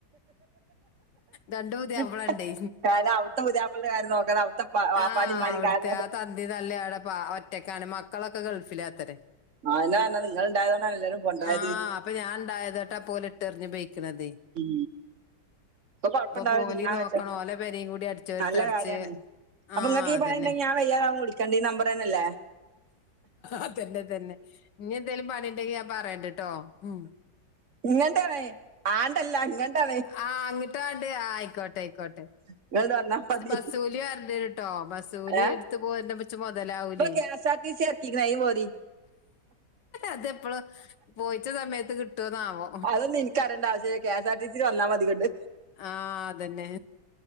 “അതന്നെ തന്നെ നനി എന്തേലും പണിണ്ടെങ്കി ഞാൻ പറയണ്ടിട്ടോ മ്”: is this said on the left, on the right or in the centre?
Left